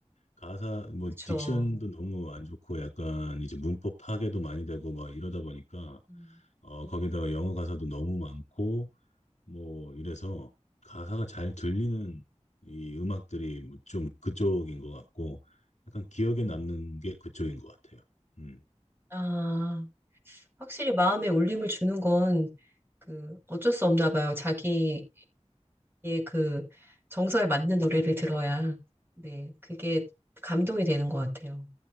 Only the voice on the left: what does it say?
가사 뭐
딕션도 너무 안 좋고 약간 이제 문법 파괴도 많이 되고 막 이러다 보니까
어
거기다가 영어 가사도 너무 많고 뭐 이래서 가사가 잘 들리는 이 음악들이 뭐좀 그쪽인 것 같고 약간 기억에
남는 게 그쪽인 것 같아요. 음,